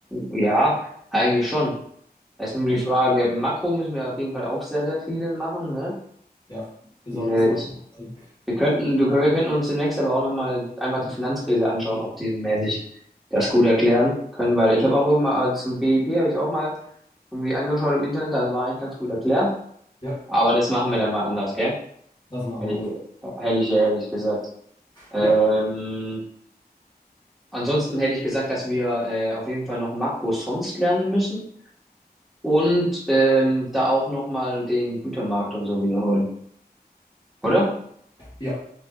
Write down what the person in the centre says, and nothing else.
ja, eigentlich schon. Das ist nur
die Frage, Makro müssen wir auf jeden Fall auch sehr, sehr viele machen, ne?
Diese,
ich, Wir könnten, du, wir könnten uns demnächst aber auch nochmal einfach die Finanzkrise anschauen, ob die mäßig das
gut erklären können, weil ich habe auch immer äh, zum BIP habe ich auch mal irgendwie angeschaut im Internet, das war eigentlich ganz gut erklärt.
Aber das machen wir dann mal anders, gell?
Hätte ich,
hätte ich, hätte ich gesagt. Ähm,
ansonsten hätte ich gesagt, dass wir äh, auf jeden Fall noch Makro sonst lernen müssen und ähm, da auch nochmal den Gütermarkt und so wiederholen, oder?